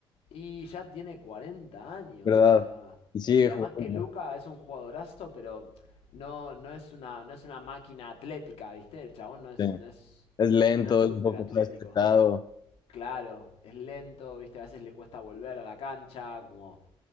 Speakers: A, on the left (about 80°); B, on the left (about 45°).
A: y ya tiene 40 años,
B: ¿verdad?
A: o sea.
B: Y sigue
A: Y además
B: jugando.
A: que Luca es un jugadorazo, pero no, no es una, no es una máquina atlética, ¿viste? El chabón no es,
B: Sí.
A: no es,
B: Es lento,
A: no es súper
B: es un poco
A: atlético.
B: respetado,
A: Claro, es lento, ¿viste? A veces le cuesta volver a la cancha, como